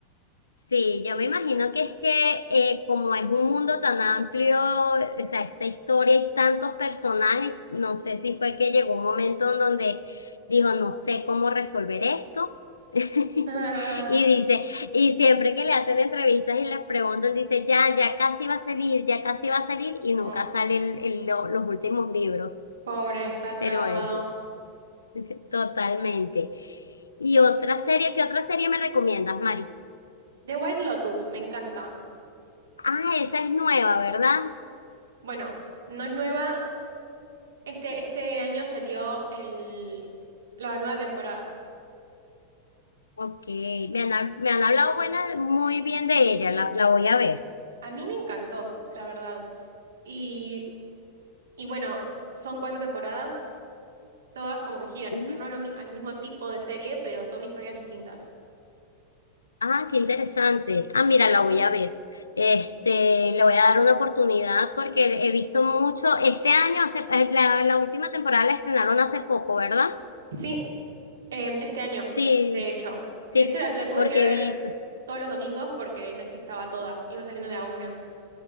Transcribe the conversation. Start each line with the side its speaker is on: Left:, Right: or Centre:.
Left: sí, yo me imagino que es que eh, como es un mundo tan amplio, o sea, esta historia y tantos personajes, no sé si fue que llegó un momento en donde dijo, no sé cómo resolver esto. <laughs>
Right: <laughs>
Left: Y dice, y siempre que le hacen entrevistas y le preguntan, dice, ya, ya casi va a salir, ya casi va a salir, y
Right: Oh,
Left: nunca salen los últimos libros.
Right: pobre, está trabado.
Left: Pero eso. <laughs> Totalmente. ¿Y otra serie? ¿Qué otra serie me recomiendas, Mari?
Right: The White Lotus, me encanta.
Left: Ah, esa es nueva, ¿verdad?
Right: Bueno, no es nueva. Este, este año salió el, la nueva temporada.
Left: Ok, me han, hab- me han hablado buena, muy bien de ella, la, la voy a ver.
Right: A mí me encantó, la verdad. Y, y bueno, son cuatro temporadas. Todas como que giran
Left: Mm.
Right: en torno a lo mi- al mismo tipo de serie, pero son historias distintas.
Left: Ah, qué interesante. Ah, mira, la voy a ver. Este, le voy a dar una oportunidad porque he visto mucho, este año, hace- eh, la, la última temporada la estrenaron hace poco, ¿verdad?
Right: Sí, eh, este año,
Left: Sí,
Right: de hecho. De
Left: sí,
Right: hecho, la, la tuve
Left: porque
Right: que ver
Left: he visto.
Right: todos los domingos porque no es que estaba toda, iba saliendo de a una.